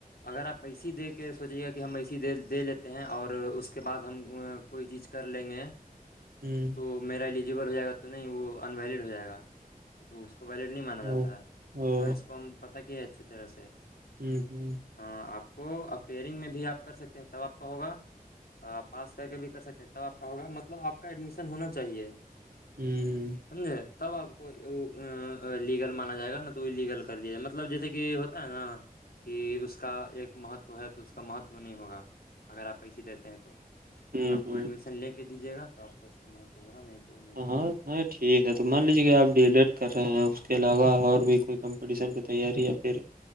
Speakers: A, on the left (about 85°); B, on the right (about 75°).
A: اگر آپ ایسے ہی دے کے سوچے گا کہ ہم ایسے ہی دے دے لیتے ہیں اور اس کے بعد ہم کوئی چیز کر لیں گے
B: <inaudible>
A: تو میرا ایلیجیبل ہو جائے گا تو نہیں وہ انویلڈ ہو جائے گا کو ویلڈ نہیں مانا جاتا
B: ہاں
A: ہے
B: او
A: ہاں اس کو ہم پتا کیا ہے اچھی طرح سے
B: <inaudible>
A: ہاں آپ کو اپئیرنگ میں بھی آپ کر سکتے ہیں تب آپ کا ہوگا تو آپ پاس کر کے بھی کر سکتے ہیں تب آپ کا ہوگا مطلب آپ کا ایڈمیشن ہونا چاہیے
B: ہوں
A: سمجھے تب آپ کو لیگل مانا جائے گا نا تو لیگل کر دیا جائے مطلب جیسے کہ ہوتا ہے نا کہ اس کا ایک مہتو ہے تو اس کا مہتو نہیں ہوگا اگر آپ ایسے دیتے ہیں تو
B: ہوں
A: آپ کو
B: ہوں
A: ایڈمیشن لے کے دیجیے گا تو آپ کو اس کا مہتو ہوگا نہیں تو نہیں ہو
B: ہ
A: پائے گا
B: ہاں ٹھیک ہے تو مان لیجیے کہ آپ ڈیلیٹ کر رہے ہیں اس کے علاوہ اور بھی کوئی کمپٹیشن کی تیاری یا پھر